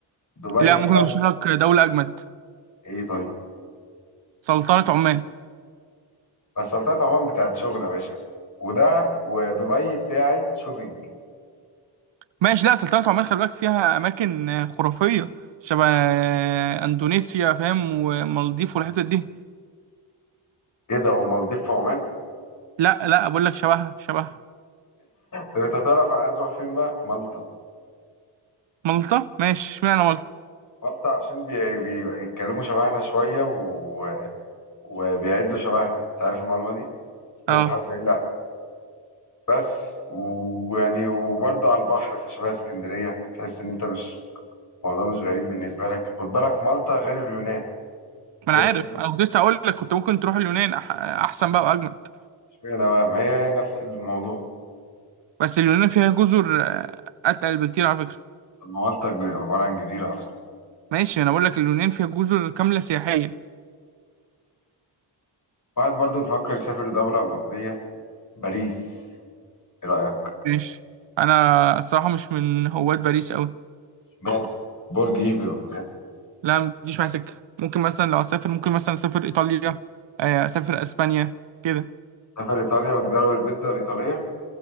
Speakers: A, on the left; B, on the right.
A: دبي
B: لا ممكن
A: بتعمل
B: ارشح لك دوله اجمد
A: ايه طيب
B: سلطنه عمان
A: بس سلطنة عمان بتاعت شغل يا باشا ودهب ودبي بتاعت شوبينج
B: ماشي لا سلطنة عمان خلي بالك فيها أماكن خرافية شبه أندونيسيا فاهم ومالديف والحتت دي
A: ايه ده هو المالديف في عمان
B: لا لا بقول لك شبهها شبهها
A: طب انت تعرف انا عايز اروح فين بقى مالطا
B: مالطا ماشي اشمعنى مالطا
A: مالطا عشان بي... بيتكلموا شبهنا شوية و... وبيعدوا شبهنا انت عارف المعلومة دي لسه
B: اه
A: حد قايل لي عليها. بس ويعني وبرضه على البحر فشبه اسكندرية تحس ان انت مش الموضوع مش غريب بالنسبة لك خد بالك مالطا غير اليونان
B: ما
A: غير
B: أنا عارف
A: كده
B: أنا كنت لسه أقول لك كنت ممكن تروح اليونان أح- أحسن بقى وأجمد
A: اشمعنى بقى ما هي نفس الموضوع
B: بس اليونان فيها جزر آه، أتقل بكتير على فكرة
A: طب ما مالطا ج- عبارة عن جزيرة أصلا
B: ماشي أنا بقول لك اليونان فيها جزر كاملة سياحية
A: واحد برضه بيفكر يسافر دولة أوروبية باريس ايه رأيك
B: ماشي أنا الصراحة مش من هواة باريس أوي
A: اشمعنى برج ايفل وبتاع
B: لا ما تجيش معايا سكة ممكن مثلا لو أسافر ممكن مثلا أسافر إيطاليا آه، أسافر أسبانيا كده
A: سافر إيطاليا وتجرب البيتزا الإيطالية